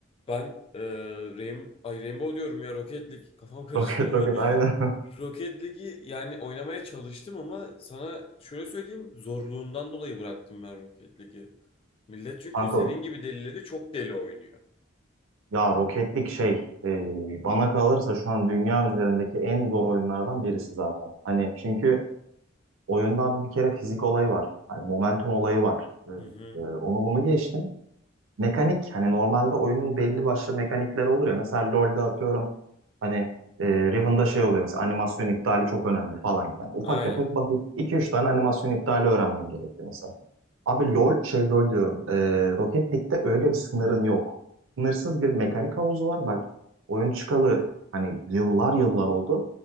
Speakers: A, on the left; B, on the right.
A: ben e, Rain Ay Rainbow diyorum ya Rocket League kafam
B: <laughs>
A: karıştı.
B: Roket roket
A: <laughs>
B: aynen.
A: Rocket League'i yani oynamaya çalıştım ama sana şöyle söyleyeyim zorluğundan dolayı bıraktım ben Rocket League'i. Millet çünkü
B: Kanka
A: senin gibi delileri çok deli oynuyor.
B: ya roketlik şey e, bana kalırsa şu an dünya üzerindeki en zor oyunlardan birisi zaten. Hani çünkü oyunda abi bir kere fizik olayı var. Hani momentum olayı var. E,
A: Hı hı.
B: e, onu bunu geçtim. mekanik hani normalde oyunun belli başlı mekanikleri olur ya. Mesela LoL'de atıyorum hani e, Riven'da şey oluyor mesela animasyon iptali çok önemli falan gibi. Hani ufak
A: Aynen.
B: tefek basit iki üç tane animasyon iptali öğrenmen gerekiyor mesela. Abi LoL şey LoL diyorum. E, Rocket League'de öyle bir sınırın yok. Sınırsız bir mekanik havuzu var. Bak oyun çıkalı hani yıllar yıllar oldu.